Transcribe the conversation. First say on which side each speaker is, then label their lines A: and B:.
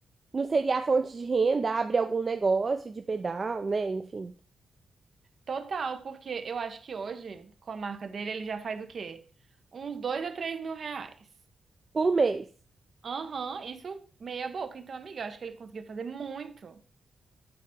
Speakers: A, on the right (about 30°); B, on the right (about 45°).
A: não seria a fonte de renda, abre algum negócio de pedal, né? Enfim,
B: Total, porque eu acho que hoje, com a marca dele, ele já faz o quê? Uns dois a três mil reais.
A: por mês.
B: Aham, isso meia boca. Então, amiga, eu acho que ele conseguiu fazer muito.